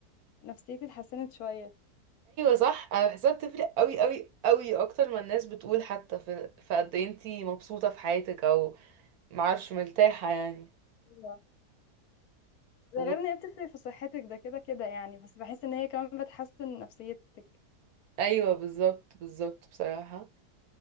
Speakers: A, on the left (about 70°); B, on the right (about 70°).
A: نفسيتي اتحسنت شوية
B: صح انا بحسها بتفرق قوي قوي قوي اكتر ما الناس بتقول حتى في في قد إيه انتي مبسوطة في حياتك او معرفش مرتاحة يعني
A: ايوه ده
B: و...
A: غير ان هي بتفرق في صحتك ده كده كده يعني بس بحس ان هي كمان بتحسن نفسيتك
B: ايوه بالظبط بالظبط بصراحة